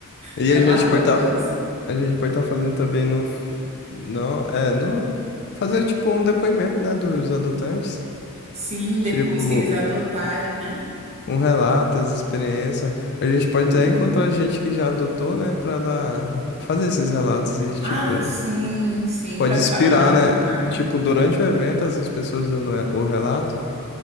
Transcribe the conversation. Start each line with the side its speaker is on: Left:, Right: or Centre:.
Left: E
Right: Já
Left: a
Right: É. matou
Left: gente pode
Right: as
Left: estar
Right: horas.
Left: a gente pode estar fazendo também no, não, é, no fazer tipo um depoimento, né, dos adotantes.
Right: Sim,
Left: Tipo,
Right: depois que eles adotarem, né?
Left: um relato, as experiências. A gente pode
Right: Uhum.
Left: até encontrar gente que já adotou, né, pra dar, fazer esses relatos e, tipo,
Right: Ah, sim, sim,
Left: pode
Right: para
Left: inspirar,
Right: ajudar a divulgar.
Left: né? Tipo, durante o evento, essas pessoas dando é, o relato,